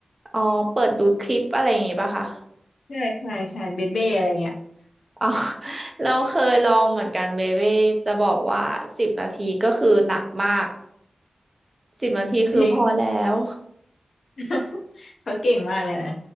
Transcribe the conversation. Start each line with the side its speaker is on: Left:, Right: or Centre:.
Right: อ๋อเปิดดูคลิปอะไรอย่างงี้ป่ะคะ
Left: ใช่ใช่ใช่เบเบ้อะไรเงี้ย
Right: อ๋อ <laughs> เราเคยลองเหมือนกันเบเบ้จะบอกว่าสิบนาทีก็คือหนักมากสิบนาทีคือพอแล้ว
Left: จริง <laughs> เขาเก่งมากเลยนะ